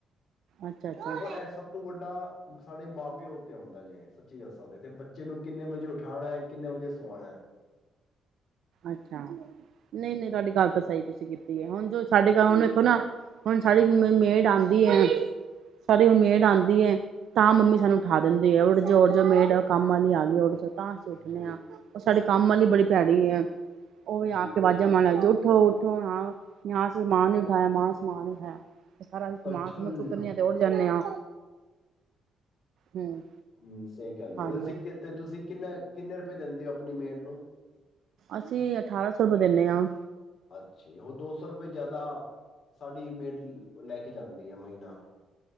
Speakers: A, on the right (about 70°); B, on the left (about 55°).
A: ਅੱਛਾ ਅੱਛਾ
B: ਦੇਖੋ ਇਹ ਸਭ ਤੋਂ ਵੱਡਾ ਸਾਡੇ ਮਾਂ ਪਿਓ ਉੱਤੇ ਆਉਂਦਾ ਜੇ, ਸੱਚੀ ਦੱਸਾਂ ਤੇ ਬੱਚੇ ਨੂੰ ਕਿੰਨੇ ਵਜੇ ਉਠਾਣਾ, ਕਿੰਨੇ ਵਜੇ ਸੁਆਣਾ।
A: ਅੱਛਾ ਨਹੀਂ-ਨਹੀਂ ਤੁਹਾਡੀ ਗੱਲ ਤਾਂ ਸਹੀ ਤੁਸੀਂ ਕੀਤੀ ਐ। ਹੁਣ ਜੋ ਸਾਡੇ ਘਰ ਹੁਣ ਦੇਖੋ ਨਾ, ਹੁਣ ਸਾਡੀ ਮੇਡ ਆਂਦੀ ਏ ਸਾਡੀ ਹੁਣ ਮੇਡ ਆਂਦੀ ਏ ਤਾਂ ਮੰਮੀ ਸਾਨੂੰ ਉਠਾ ਦਿੰਦੀ ਹੈ ਉਠ ਜੋ ਉਠ ਜੋ ਮੇਡ ਕੰਮ ਵਾਲੀ ਆ ਗਈ ਉਠ ਜੋ। ਤਾਂ ਅਸੀਂ ਉੱਠਨੇ
B: ਜੀ
A: ਆਂ ਉਹ ਸਾਡੇ ਕੰਮ ਵਾਲੀ ਬੜੀ ਭੈੜੀ ਏ। ਉਹ ਵੀ
B: ਜੀ
A: ਆ ਕੇ ਵਾਜਾਂ ਮਾਰਨ ਲੱਗ ਜਾਂਦੀ ਉਠ ਉਠੋ ਉਠੋ ਨਾ ਜਹਾਂ ਸੇ ਸਾਮਾਨ ਉਠਾਇਆ ਸਾਮਾਨ <unintelligible> ਸਮਾਨ ਨੀ ਉਠਾਇਆ ਸਾਰਾ ਅਸੀਂ ਸਮਾਨ-ਸਮੂਨ
B: ਅੱਛਾ ਜੀ
A: ਚੁੱਕਨੇ ਆ ਤੇ ਉਠ ਜਾਨੇ ਆ। ਹਮ
B: ਹੂੰ ਸਹੀ ਕਹਿੰਦੇ
A: ਹਾਂਜੀ
B: ਤੁਸੀਂ ਕਿਤੇ ਤੁਸੀਂ ਕਿੰਨਾ ਕਿੰਨੇ ਰੁਪਏ ਦਿੰਦੇ ਹੋ ਆਪਣੀ ਮੇਡ ਨੂੰ।
A: ਅਸੀਂ ਅਠਾਰਾਂ ਸੌ ਰੁਪਏ ਦਿੰਨੇ ਆਂ।
B: ਅੱਛਿਆ ਹੋ ਦੋ ਸੌ ਰੁਪਏ ਜ਼ਿਆਦਾ ਸਾਡੀ ਮੇਡ ਲੈ ਕੇ ਜਾਂਦੀ ਹੈ ਮਹੀਨਾ